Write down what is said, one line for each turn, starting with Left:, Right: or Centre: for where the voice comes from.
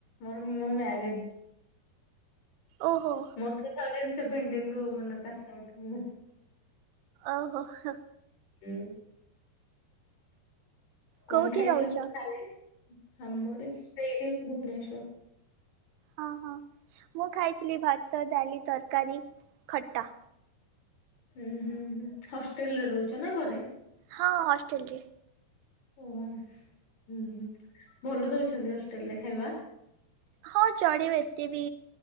Left: ମୋର ମୁଁ ମ୍ୟାରେଡ୍
Right: ଓ ହୋ
Left: ମୋର ଟୁ ଥାଉଜେଣ୍ଟେ ସେଭେନଟିନ୍ ରୁ ମାନେପାସ ଆଉଟ୍।
Right: ଓ, ହୋ, ହୋ
Left: ହୁଁ, କଣ
Right: କୋଉଠି
Left: ଖାଇଥିଲେ
Right: ରହୁଛ?
Left: ସଖାଳେ? ହାମର ଏ ସେଇଠି ଭୁବନେସ୍ୱର।
Right: ହଁ, ହ, ମୁଁ ଖାଇଥିଲି ଭାତ, ଡାଲି, ତରକାରୀ, ଖଟା
Left: ହୁଁ, ହୁଁ, ହୁଁ, ହଷ୍ଟେଲ ରେ ରହୁଛ ନା ଘରେ?
Right: ହଁ, ହଷ୍ଟେଲ ରେ
Left: ଓ, ହୁଁ, ହୁଁ, ହୁଁ, ଭଲ ଦଉଛନ୍ତି ହଷ୍ଟେଲରେ ଖାଇବା?
Right: ହଁ, ଚଢିବ ଏତେ ବି